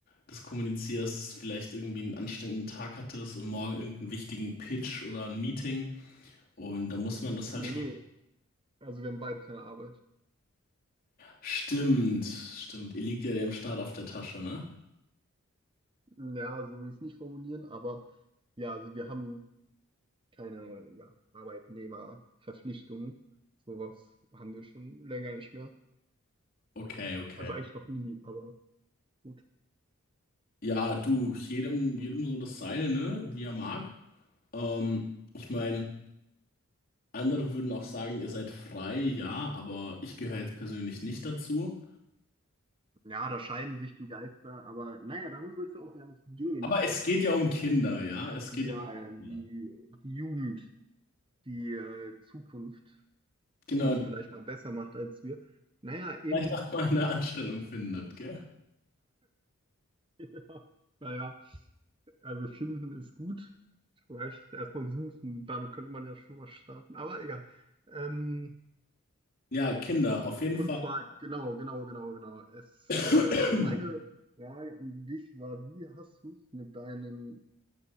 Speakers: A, on the left (about 40°); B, on the right (about 25°).
A: das kommunizierst, dass du vielleicht irgendwie einen anstrengenden Tag hattest und morgen irgendeinen wichtigen Pitch oder ein Meeting und da muss man das halt
B: nee, nee. Also wir haben beide keine Arbeit.
A: Stimmt, stimmt. Ihr liegt ja dem Staat auf der Tasche, ne?
B: Ja, so will ich es nicht formulieren, aber ja, also wir haben. keine ja, Arbeitnehmerverpflichtungen. Sowas haben wir schon länger nicht mehr.
A: Okay, okay.
B: Also eigentlich noch nie, aber gut.
A: Ja, du, jedem, jedem so das Seine, ne? Wie er mag. Ähm, ich meine, andere würden auch sagen, ihr seid frei, ja, aber ich gehöre jetzt persönlich nicht dazu.
B: Ja, da scheiden sich die Geister, aber naja, darum soll es ja auch gar nicht gehen.
A: Aber es geht ja um Kinder, ja? Es
B: Ja,
A: geht ja um
B: ähm,
A: Kinder.
B: die, die Jugend, die äh, Zukunft,
A: Genau,
B: die es
A: die
B: vielleicht mal besser macht als wir. Naja, eben,
A: vielleicht auch mal eine Anstellung findet, gell?
B: <laughs> ja, naja, also finden ist gut. Vielleicht erstmal suchen, damit könnte man ja schon mal starten, aber egal. Ähm,
A: Ja, Kinder, auf jeden
B: Und
A: Fall.
B: zwar, genau, genau, genau, genau. Es,
A: <coughs>
B: äh, meine Frage an dich war, wie hast du es mit deinen